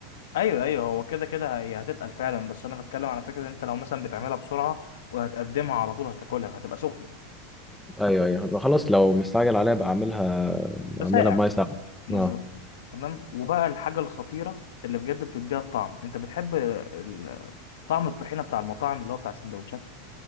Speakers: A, on the left (about 85°); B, in the centre.
A: ايوه ايوه هو كده كده هي هتتقل فعلا بس انا بتكلم على فكرة ان انت لو مثلا بتعملها بسرعة وهتقدمها على طول هتاكلها هتبقى سخنة
B: ايوه ايوه يبقى خلاص لو مستعجل عليها بقى اعملها
A: بسائع
B: اعملها بميه ساقعه
A: بالظبط
B: اه
A: تمام وبقى الحاجة الخطيرة اللي بجد بتديها الطعم انت بتحب ال- طعم الطحينة بتاع المطاعم اللي هو بتاع السندوتشات